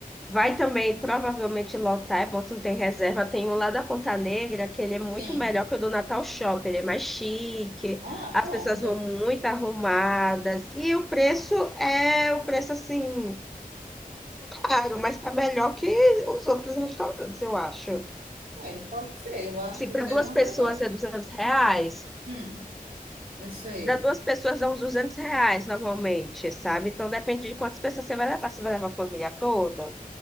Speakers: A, in the centre; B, on the right.
A: Vai também provavelmente lotar, é bom se não tem reserva. Tem o lá da Ponta Negra, que ele é muito
B: Sim.
A: melhor que o do Natal Shopping ele é mais chique,
B: Ah,
A: as
B: pronto.
A: pessoas vão muito arrumadas. E o preço é o preço assim, caro, mas tá melhor que os outros restaurantes, eu acho.
B: É, pode ser. Eu acho
A: Assim,
B: que
A: para
B: seria
A: duas
B: uma
A: pessoas
B: boa ideia.
A: é 200 reais,
B: Hum, eu sei.
A: para duas pessoas dá uns 200 reais normalmente, sabe? Então depende de quantas pessoas você vai levar, você vai levar a família toda.